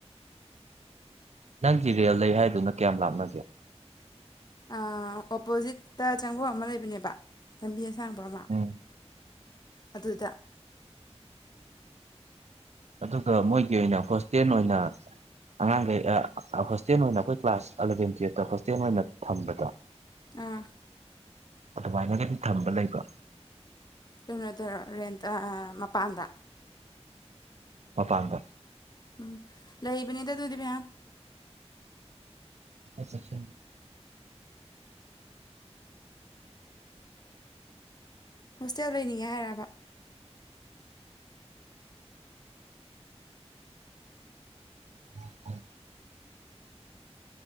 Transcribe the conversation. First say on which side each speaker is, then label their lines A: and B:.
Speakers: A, on the right; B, on the left.
A: ꯅꯪ ꯖꯤꯔꯦꯜ ꯂꯩ ꯍꯥꯏꯗꯨꯅ ꯀꯌꯥꯝ ꯂꯥꯞꯅꯒꯦ
B: ꯑꯣꯄꯣꯖꯤꯠꯇ ꯆꯪꯕ ꯑꯃ ꯂꯩꯕꯅꯦꯕ ꯂꯝꯕꯤ ꯑꯁꯥꯡꯕ ꯑꯃ
A: ꯎꯝ
B: ꯑꯗꯨꯗ
A: ꯑꯗꯨꯒ ꯃꯣꯏꯒꯤ ꯑꯣꯏꯅ ꯍꯣꯁꯇꯦꯜ ꯑꯣꯏꯅ ꯑꯉꯥꯡꯈꯩ ꯍꯣꯁꯇꯦꯜ ꯑꯣꯏꯅ ꯑꯩꯈꯣꯏ ꯀ꯭ꯂꯥꯁ ꯑꯦꯂꯚꯦꯟ ꯇꯨꯌꯦꯜꯞꯇ ꯍꯣꯁꯇꯦꯜ ꯑꯣꯏꯅ ꯊꯝꯕꯗꯣ
B: ꯑ
A: ꯑꯗꯨꯃꯥꯏꯅꯒꯝ ꯊꯝꯕ ꯂꯩꯕ
B: ꯀꯩꯅꯣ ꯇꯔ ꯔꯦꯟ ꯃꯄꯥꯟꯗ
A: ꯃꯄꯥꯟꯗ
B: ꯑꯝ ꯂꯩꯕꯅꯤꯗ ꯑꯗꯨꯗꯤ ꯄꯌꯥꯝ
A: <unintelligible> ꯑ
B: ꯍꯣꯁꯇꯦꯜ ꯂꯩꯅꯤꯡꯉꯦ ꯍꯥꯏꯔꯕ
A: ꯑꯝꯃ